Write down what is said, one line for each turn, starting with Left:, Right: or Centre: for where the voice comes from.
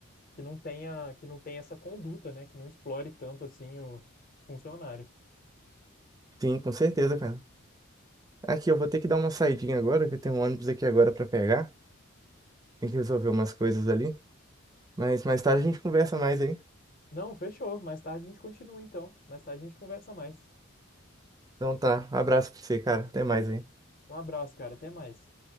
Left: que não tenha que não tenha essa conduta, né, que não explore tanto assim o funcionário.
Right: Sim, com certeza, cara. Aqui, eu vou ter que dar uma saidinha agora, que eu tenho um ônibus aqui agora para pegar. Tem que resolver umas coisas ali. Mas mais tarde a gente conversa mais aí.
Left: Não, fechou. Mais tarde a gente continua então. Mais tarde a gente conversa mais.
Right: Então tá, abraço pra você, cara. Até mais aí.
Left: Um abraço, cara. Até mais.